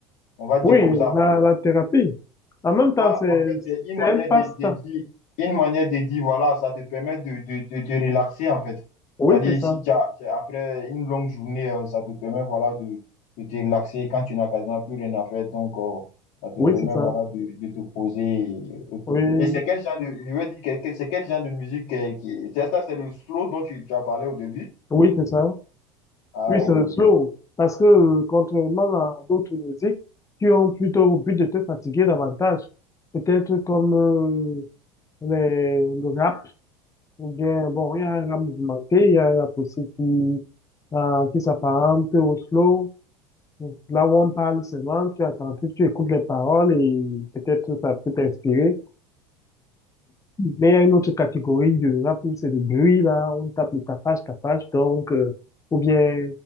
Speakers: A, on the left; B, on the left.
A: On va dire
B: Oui,
A: comme ça,
B: la,
A: quoi.
B: la thérapie. En même temps,
A: Ça,
B: c'est,
A: en fait, c'est une
B: c'est
A: manière
B: un passe-temps.
A: de, de dire, une manière de dire, voilà, ça te permet de, de, de te relaxer, en fait.
B: Oui,
A: C'est-à-dire
B: c'est ça.
A: ici, tu as- après une longue journée, euh, ça te permet, voilà, de, de te relaxer quand tu n'as quasiment plus rien à faire. Donc, euh, ça te
B: Oui,
A: permet,
B: c'est ça.
A: voilà, de, de te poser. Et, ok.
B: Oui,
A: Et c'est quel genre de, je veux dire, que- que- c'est quel genre de musique euh, qui, c'est ça, c'est le slow dont tu, tu as parlé au début?
B: oui, c'est ça.
A: Ah,
B: Oui,
A: ok.
B: c'est le slow. Parce que, euh, contrairement à d'autres musiques qui ont plutôt au but de te fatiguer davantage, peut-être comme euh, les, le rap, ou bien, bon, il y a un rap mouvementé, il y a un rap aussi qui, euh, qui s'apparente au slow. Là où on parle seulement, tu attentif, tu écoutes les paroles et peut-être ça peut t'inspirer. Mais il y a une autre catégorie de rap où c'est du bruit, là, on tape le tapage, tapage, donc, euh, ou bien,